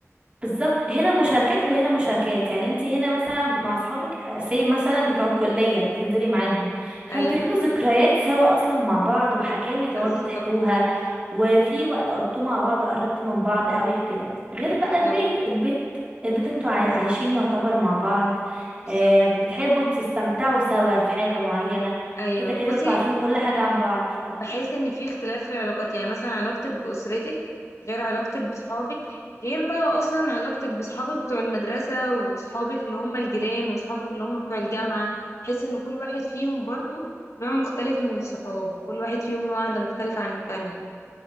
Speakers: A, on the right; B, on the left.
A: بالظبط هنا مشاركات وهنا مشاركات يعني انت هنا مثلا مع اصحابك سي مثلا بتوع الكليه اللي بتنزلي معاهم
B: ايوه
A: فانتوا ليكوا ذكريات سوا اصلا مع بعض وحكاوي تقعدوا
B: بالظبط
A: تحكوها وفي وقت قضيتوه مع بعض قربتوا من بعض قوي في كده غير بقى البيت
B: بالظبط
A: البيت البيت انتوا عاي- عايشين يعتبر مع بعض
B: بالظبط
A: اه بتحبوا تستمتعوا سوا في حاجه معينه
B: ايوه
A: كده كده
B: بصي
A: انتوا عارفين كل حاجه عن بعض ف
B: بحس ان في اختلاف في العلاقات يعني مثلا علاقتك باسرتك غير علاقتك بصحابك غير بقى اصلا علاقتك بصحابك بتوع المدرسة وصحابك اللي هم الجيران وصحابك اللي هم بتوع الجامعة بحس ان كل واحد فيهم برضو نوع مختلف من الصحاب وكل واحد فيهم له قعدة مختلفة عن التانية